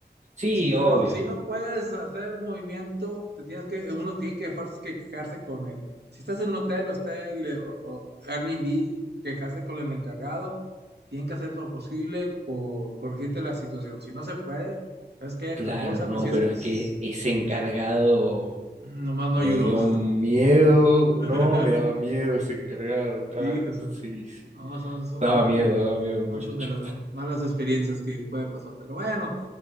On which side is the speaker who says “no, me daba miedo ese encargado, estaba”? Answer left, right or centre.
Right